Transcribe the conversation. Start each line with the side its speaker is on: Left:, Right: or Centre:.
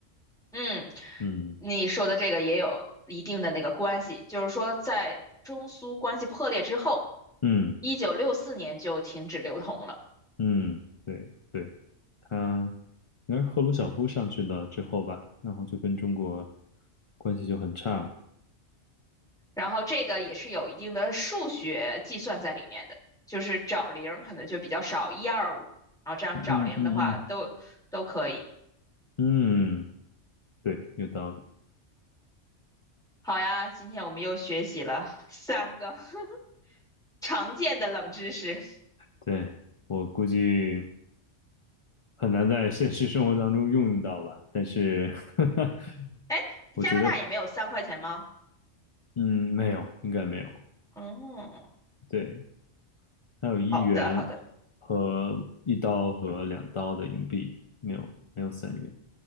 Centre: 嗯，
Left: 嗯
Centre: 你说的这个也有一定的那个关系，就是说在中苏关系破裂之后，
Left: 嗯
Centre: 一九六四年就停止流通了。
Left: 嗯，对对，他应该是赫鲁晓夫上去了之后吧，然后就跟中国关系就很差了。
Centre: 然后这个也是有一定的数学计算在里面的，就是找零可能就比较少，一二五，然后这样找零的话都都可以。
Left: 嗯嗯嗯嗯，对，有道理。
Centre: 好呀，今天我们又学习了三个 <laughs> 常见的冷知识。
Left: 对，我估计很难在现实生活当中用用到吧，但是 <laughs>
Centre: 哎，
Left: 我觉得，
Centre: 加拿大也没有三块钱吗？
Left: 嗯，没有，应该没有。
Centre: 哦，
Left: 对，还有一元
Centre: 好的好的，
Left: 和一刀和两刀的硬币，没有没有三元。